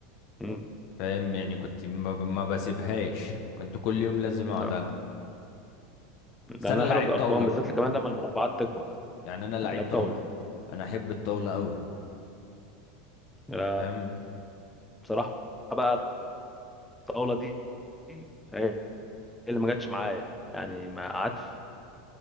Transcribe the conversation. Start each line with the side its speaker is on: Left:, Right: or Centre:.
Centre: امم
Left: فاهم يعني كنت ما, ب- ما بسيبهاش كنت كل يوم لازم اقعد
Centre: آه،
Left: العب بس
Centre: لأنها
Left: انا لعيب
Centre: حلوة في الأرقام
Left: طاوله بقى
Centre: بالذات كمان لما المربعات تكبر
Left: يعني انا لعيب
Centre: أنت لعبت
Left: طاوله
Centre: طاولة
Left: انا احب الطاوله قوي
Centre: آه،
Left: فاهم
Centre: بصراحة بقى الطاولة دي دي هي اللي ما جاتش معايا يعني ما قعدت